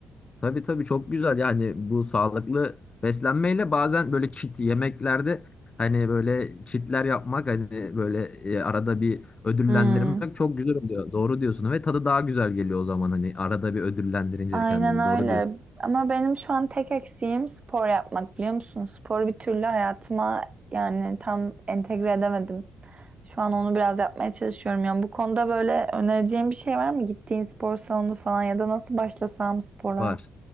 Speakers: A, on the left; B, on the right.
A: Tabii tabii çok güzel yani bu sağlıklı beslenmeyle bazen böyle kit yemeklerde hani böyle kitler yapmak hani böyle e, arada bir ödüllendirmek
B: Hmm,
A: çok güzel oluyor. Doğru diyorsun ve tadı daha güzel geliyor o zaman hani arada bir ödüllendirince
B: aynen
A: kendini. Doğru
B: öyle.
A: diyorsun.
B: Ama benim şu an tek eksiğim spor yapmak biliyor musun? Sporu bir türlü hayatıma yani tam entegre edemedim. Şu an onu biraz yapmaya çalışıyorum. Yani bu konuda böyle önereceğim bir şey var mı? Gittiğin spor salonu falan ya da nasıl başlasam spora?
A: Var.